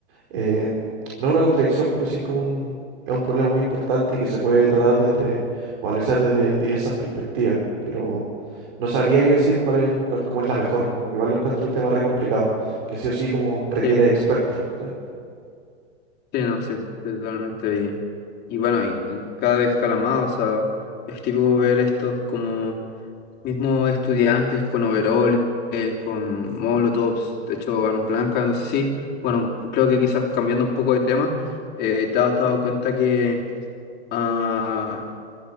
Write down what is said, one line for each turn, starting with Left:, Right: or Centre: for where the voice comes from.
Right: eh, no es una contradicción, pero sí es como un, es un problema muy importante y que se puede tratar desde, o analizar desde diversas perspectivas, pero no sabría yo decir cuál es, cuál, cómo es la mejor, como que igual lo encuentro un tema re complicado, que sí o sí como requiere
Left: sí.
Right: de expertos. o
Left: Sí, no, sí, totalmente. Y, y bueno, y cada vez cala más, o sea, es típico ver estos como mismos estudiantes con overoles, con molotovs, de hecho, armas blancas, no sé si, bueno, creo que quizás cambiando un poco de tema, eh, te has dado cuenta que ah,